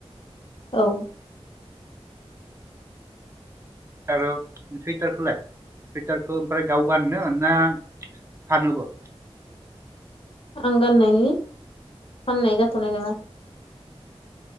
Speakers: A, on the left; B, on the right.
A: औ
B: आरो सुइटारखौलाय सुइटारखौ ओमफ्राय गाव गाननो ना फानोबो?
A: आं गाननायनि फाननाय जाथ'नाय नङा।